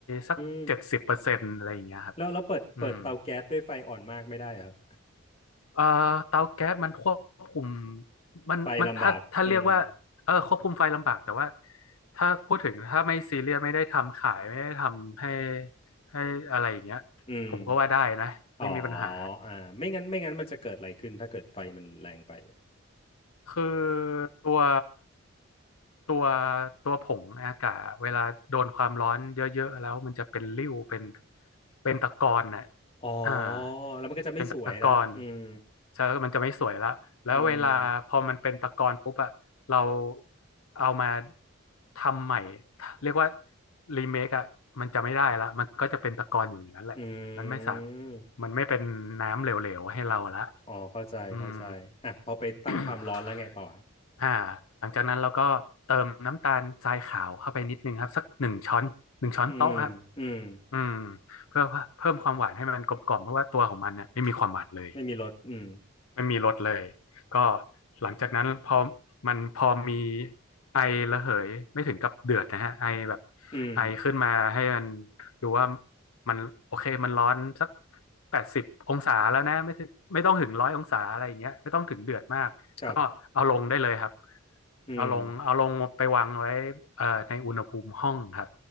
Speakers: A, on the left; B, on the left.
A: สักเจ็ดสิบเปอร์เซ็นต์อะไรอย่างเงี้ยครับ
B: มแล้วเราเปิดเปิดเตาแก๊สด้วยไฟอ่อนมากไม่ได้เหรอครับ
A: อืม เอ่อเตาแก๊สมันควบคุม
B: <laughs>
A: มันมันถ้าถ้าเรียกว่าเออควบคุมไฟลำบากแต่ว่า
B: ไฟลำบากอืม
A: ถ้าพูดถึงถ้าไม่ซีเรียสไม่ได้ทำขายไม่ได้ทำให้ให้อะไรอย่างเงี้ยผมก็ว่าได้นะไม่มีปัญหา
B: อืมอ๋ออ่าไม่งั้นไม่งั้นมันจะเกิดอะไรขึ้นถ้าเกิดไฟมันแรงไป
A: คือตัวตัวตัวผงอากาศเวลาโดนความร้อนเยอะๆแล้วมันจะเป็นริ้วเป็นเป็นตะกอนน่ะ
B: อ๋อ
A: อ่า
B: แล้วมันก็จะไม่สวยละอืม
A: เป็นตะกอนใช่แล้วมันจะไม่สวยละแล้วเวลาพอมันเป็นตะกอนปุ๊บอะเรา
B: อืม
A: เอามาทำใหม่เรียกว่ารีเมคอะมันจะไม่ได้ละมันก็จะเป็นตะกอนอยู่อย่างนั้นแหละมันไม่สา
B: อืม
A: มันไม่เป็นน้ำเหลวๆให้เราละ
B: อ๋อเข้าใจเข้าใจอ่ะพอไปตั้งความร้อนแล้วไงต่อครับ
A: อืม <coughs> อ่าหลังจากนั้นเราก็เติมน้ำตาลทรายขาวเข้าไปนิดนึงครับสักหนึ่งช้อนหนึ่งช้อนโต๊ะครับ
B: อืมอืม
A: อืมเพื่อเพิ่มความหวานให้มันกลมกล่อมเพราะว่าตัวของมันเนี่ยไม่มีความหวานเลย
B: ไม่มีรถอืม
A: ไม่มีรถเลยก็หลังจากนั้นพอมันพอมีไอระเหยไม่ถึงกับเดือดนะฮะไอแบบ
B: อืม
A: ไอขึ้นมาให้มันดูว่ามันโอเคมันร้อนสักแปดสิบองศาแล้วนะไม่ถึงไม่ต้องถึงร้อยองศาอะไรอย่างเงี้ยไม่ต้องถึงเดือดมากก็เอาลงได้เลยครับ
B: ครับอืม
A: เอาลงเอาลงไปวางไว้เอ่อในอุณหภูมิห้องครับ